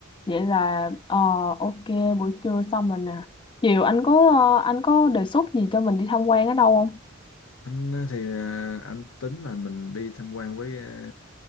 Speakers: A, on the left; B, on the left.
A: vậy là ờ, ok buổi trưa xong rồi nè chiều anh có ờ, anh có đề xuất gì cho mình đi tham quan ở đâu không
B: anh ờ, thì ờ, anh tính là mình đi tham quan với ờ,